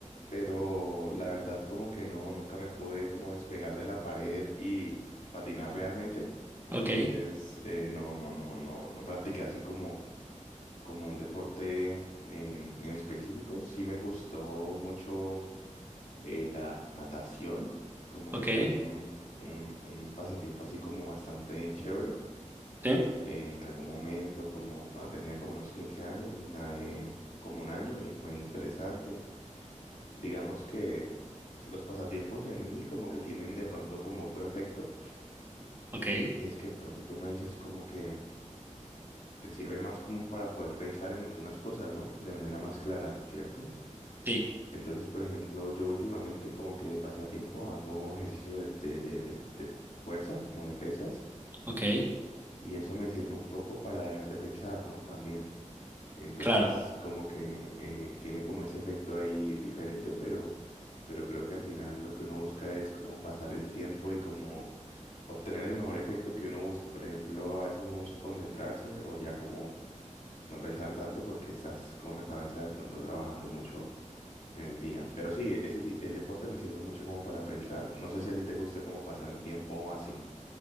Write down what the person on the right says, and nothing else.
Ok,
ok,
sí,
ok,
sí,
ok,
claro.